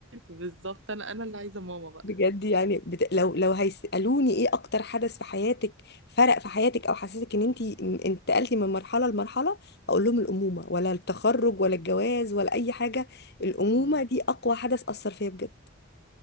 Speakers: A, on the right; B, on the left.
A: بالضبط أنا أنا اللي عايزة ماما بقى.
B: بجد يعني بت... لو لو هيسالوني ايه اكتر حدث في حياتك فرق في حياتك او حسسك ان انت انتقلتي من مرحله لمرحله اقول لهم الامومه ولا التخرج ولا الجواز ولا اي حاجه الامومه
A: إمم.
B: دي اقوى حدث اثر فيا بجد